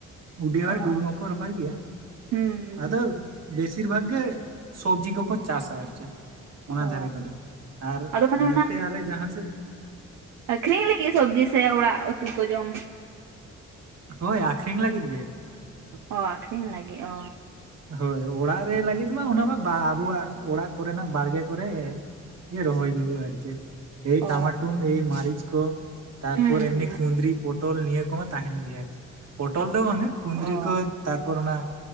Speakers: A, on the right (about 55°); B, on the right (about 75°).
A: ᱩᱰᱤᱭᱟ
B: ᱚ ᱚ
A: ᱜᱩᱲ ᱦᱚᱸᱠᱚ ᱨᱚᱦᱚᱭ ᱜᱮᱭᱟ
B: ᱦᱩᱸ ᱦᱩᱸ
A: ᱟᱫᱚ ᱵᱮᱥᱤᱨ ᱵᱷᱟᱜᱽ ᱜᱮ ᱥᱚᱵᱡᱤ ᱠᱚᱠᱚ ᱪᱟᱥᱟ ᱟᱨ ᱪᱮᱫ ᱚᱱᱟ
B: ᱚ
A: ᱫᱷᱟᱨᱮ ᱠᱚᱫᱚ ᱟᱨ
B: ᱟᱫᱚ ᱢᱟᱱᱮ
A: ᱱᱚᱛᱮ ᱟᱞᱮ ᱡᱟᱦᱟᱸ ᱥᱮᱫ
B: ᱟᱹᱷᱨᱤᱧ ᱞᱟᱹᱜᱤᱫ ᱥᱚᱵᱽᱡᱤ ᱥᱮ ᱚᱲᱟᱜ ᱩᱛᱩ ᱠᱚ ᱡᱚᱢ
A: ᱦᱳᱭ ᱟᱠᱷᱨᱤᱧ ᱞᱟᱹᱜᱤᱫ ᱜᱮ
B: ᱚᱻ ᱟᱹᱠᱷᱨᱤᱧ ᱞᱟᱹᱜᱤᱫ ᱚ
A: ᱦᱳᱭ ᱚᱲᱟᱜ ᱨᱮ ᱞᱟᱹᱜᱤᱫ ᱢᱟ ᱚᱱᱟᱢᱟ ᱟᱵᱚᱣᱟᱜ ᱚᱲᱟᱜ ᱠᱚᱨᱮᱱᱟᱜ ᱵᱟᱲᱜᱮ ᱠᱚᱨᱮ ᱨᱚᱦᱚᱭ ᱜᱮ ᱦᱩᱭᱩᱜ-ᱟ ᱟᱫᱚ ᱪᱮ ᱮ
B: ᱚ
A: ᱴᱟᱢᱟᱴᱩ ᱮ ᱢᱟᱨᱤᱡ ᱠᱚ ᱛᱟᱨᱯᱚᱨ
B: ᱦᱩᱸ
A: ᱮᱢᱱᱤ
B: ᱦᱩᱸ
A: ᱠᱩᱫᱽᱨᱤ ᱯᱚᱴᱚᱞ ᱱᱤᱭᱟᱹ ᱠᱚᱢᱟ ᱛᱟᱦᱮᱱ ᱜᱮᱭᱟ ᱟᱨᱠᱤ ᱯᱚᱴᱚᱞ ᱫᱚ ᱵᱟᱝᱟ ᱠᱩᱸᱫᱽᱨᱤ
B: ᱚ
A: ᱠᱚ ᱛᱟᱨᱯᱚᱨ ᱚᱱᱟ